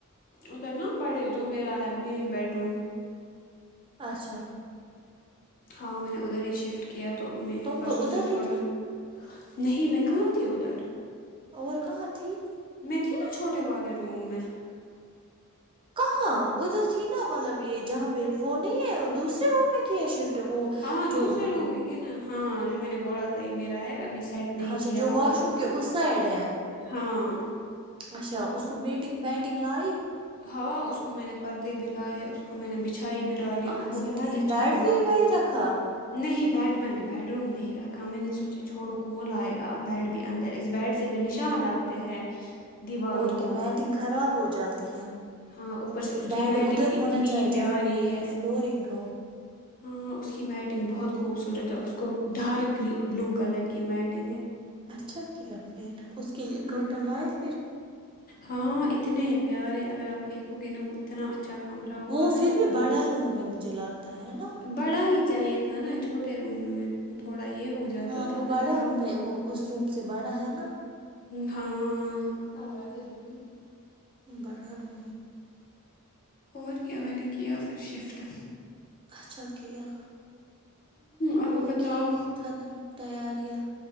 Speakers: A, on the left; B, on the right.
A: ادھر نا بڑے جو میرا ہے مین بیڈ روم
B: اچھا
A: ہاں میں نے ادھر ہی شفٹ کیا تو میں
B: تم
A: پرسوں
B: تو ادھر
A: سے
B: ہی
A: تھوڑا
B: تھی
A: نہیں میں کہاں تھی ادھر
B: اور کہاں تھی
A: میں تھی نا چھوٹے والے روم میں
B: کہاں ادھر تھی نا مطلب یہ جہاں پہ پھر وہ نہیں ہے دوسرے روم میں کیا شفٹ وہ
A: ہاں
B: جو
A: دوسرے
B: ہوں
A: روم میں یہ نا ہاں جو میں نے بولا تھا یہ میرا ہے ابھی سیٹ نہیں
B: اچھا
A: کیا
B: جو
A: وہ
B: واش
A: ہاں
B: روم کے اس سائڈ ہے
A: ہاں
B: اچھا اس کو میٹنگ میاٹنگ لائی
A: ہاں اس کو میں نے پردے بھی لائے کو میں نے بچھائی بھی ڈالی
B: اچھا
A: وہ بہت
B: ٹھیک
A: اچھا
B: بیڈ
A: ہوا
B: بھی وہی رکھا
A: نہیں بیڈ میں نے بیڈروم میں ہی رکھا میں نے سوچا چھوڑو کون لائے گا بیڈ بھی اندر اس بیڈ سے وہ نشان لگتے ہیں دیواروں
B: اور
A: کو
B: کیا میاٹنگ خراب ہو جاتی ہے
A: ہاں اوپر سے اس کی
B: بیڈ
A: میٹنگ
B: ادھر ہونا
A: اتنی
B: چاہے
A: پیاری
B: جہاں پہ یہ
A: ہے
B: فلورنگ ہو
A: ہاں اس کی میٹنگ بہت خوبصورت ہے اس کو ڈارک گ بلو کلر کی میٹنگ ہے
B: اچھا کیا پھر اس کے لیے
A: ہوں
B: کرٹن لائے پھر
A: ہاں اتنے پیارے اگر آپ دیکھو گے نا اتنا اچھا کمرہ ہوا
B: وہ
A: ہے
B: پھر بھی بڑا روم میں مجھے لگتا ہے نا
A: بڑا ہی چاہیے تھا نا چھوٹے روم میں تھوڑا یہ ہو جاتا
B: ہاں
A: تھا
B: وہ بڑا
A: انکمف
B: روم ہے وہ اس روم سے بڑا ہے نا
A: ہاں ہوں
B: بڑا روم ہے،
A: اور کیا میں نے کیا پھر شفٹ ہ
B: اچھا کیا
A: آپ
B: اور
A: بتاؤ
B: کی ختم تیاریاں